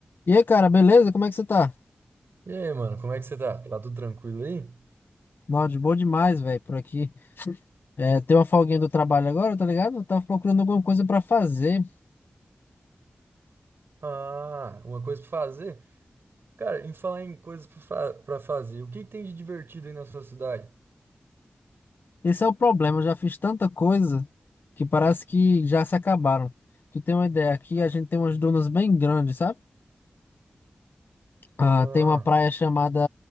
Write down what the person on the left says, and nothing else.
E aí, cara, beleza? Como é que você tá?
Nossa, de boa demais, velho, por aqui. É, tem uma folguinha do trabalho agora, tá ligado? Eu tava procurando alguma coisa pra fazer.
Esse é o problema, eu já fiz tanta coisa que parece que já se acabaram. Tu tem uma ideia, aqui a gente tem umas dunas bem grandes, sabe? Ah,
tem uma praia chamada